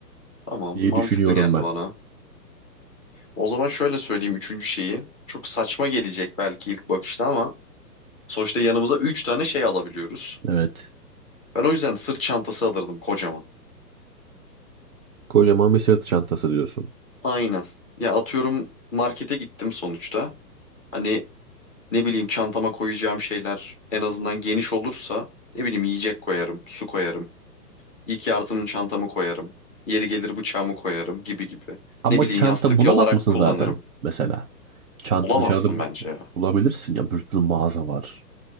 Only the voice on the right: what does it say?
diye
düşünüyorum
ben.
Evet.
Kocaman bir sırt çantası diyorsun.
Ama
çanta
bulamaz
mısın
zaten mesela? Çanta
dışarıda
bulabilirsin ya bir sürü mağaza var.